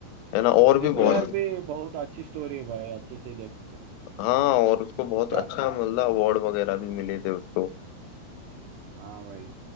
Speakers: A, on the left; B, on the right.
A: है ना और
B: ट्रिपल
A: भी बहुत
B: आर पे बहुत अच्छी स्टोरी है भाई अच्छे से देखते
A: हाँ और उसको बहुत
B: उसका
A: अच्छा मतलब अवार्ड वगैरह भी मिले थे उसको
B: हाँ भाई